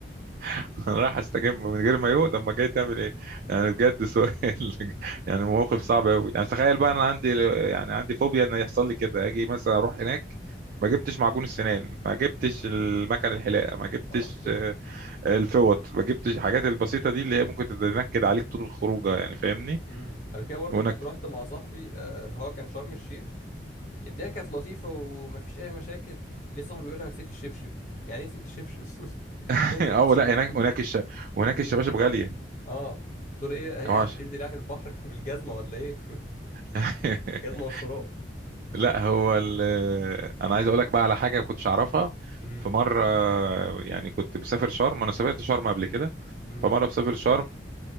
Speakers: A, on the right; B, on the left.
A: <laughs> انا رايح استجم من غير مايو طب ما جاي تعمل ايه يعني بجد سؤال <laughs> يعني موقف صعب قوي يعني تخيل بقى انا عندي يعني عندي فوبيا ان يحصل لي كده اجي مثلا اروح هناك ما جبتش معجون
B: مم.
A: السنان ما جبتش المكن الحلاقه ما جبتش
B: <laughs> آه.
A: آه، الفوط ما جبتش الحاجات البسيطه دي اللي هي ممكن تتنكد عليك طول الخروجه يعني فاهمني
B: أمم. قبل كده برضه
A: وهناك
B: كنت رحت مع صاحبي آه، اللي هو كان شرم الشيخ الدنيا كانت لطيفة ومفيش أي مشاكل ليه صاحبي يقول أنا نسيت الشبشب يعني إيه نسيت الشبشب <laughs>
A: <laughs>
B: هتنزل
A: اه
B: بحر شبشب
A: لا هناك
B: جنبي
A: هناك الش... هناك
B: امم
A: الشباشب غاليه
B: أه تقول إيه هي
A: يا باشا
B: هتنزل يعني البحر <laughs> بالجزمة ولا إيه
A: <laughs>
B: <laughs> الجزمة والشراب
A: لا هو ال... آه، انا عايز اقول لك بقى على حاجه ما كنتش اعرفها
B: امم
A: في مره آه، يعني كنت بسافر شرم انا سافرت شرم قبل كده
B: امم
A: فمره بسافر شرم